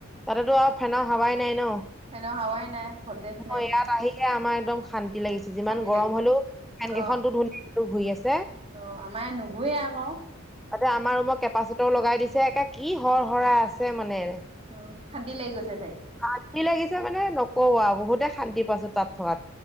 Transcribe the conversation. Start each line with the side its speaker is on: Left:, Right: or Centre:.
Centre: তাতেতো আৰু ফেনৰ হাৱাই নাই ন।
Right: ফেনৰ হাৱাই নাই, ভল্টেজ নাই।
Centre: অ ইয়াত আহিহে আমাৰ একদম অশান্তি লাগিছে, যিমান
Right: শান্তি
Centre: গৰম
Right: লাগিছে।
Centre: হ'লেও ফেন
Right: অ',
Centre: কেইখনটো ধুনীয়া কেইখন <unintelligible> ঘূৰি আছে।
Right: অ আমাৰ ইয়াত নুঘূৰে আকৌ।
Centre: তাতে আমাৰ ৰুমক কেপাচিটও লগাই দিছে এ কি হৰ হৰাই আছে মানে।
Right: অ শান্তি লাগি গৈছে চাগে।
Centre: শান্তি লাগিছে মানে নকওঁ আৰু বহুতে শান্তি পাইছো তাত থকাত।